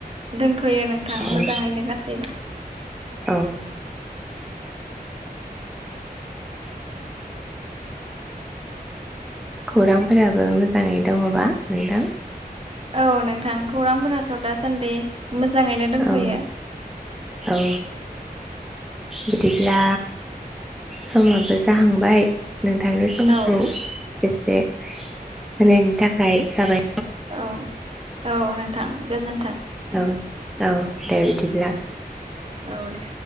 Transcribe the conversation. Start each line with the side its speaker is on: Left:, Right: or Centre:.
Right: दोनथ'यो नोंथां
Centre: औ
Right: मोजाङैनो गासैबो।
Centre: औ। खौरांफोराबो मोजाङै दङबा नोंथां।
Right: औ नोंथां खौरांफोराथ' दासान्दि‌। मोजाङैनो दंथ'यो।
Centre: औ औ। बिदिब्ला समाबो जाहांबाय नोंथांनि समखौ
Right: औ
Centre: एसे होनायनि थाखाय साबाय
Right: औ औ नों थां
Centre: औ औ दे बेदिब्ला
Right: औ दे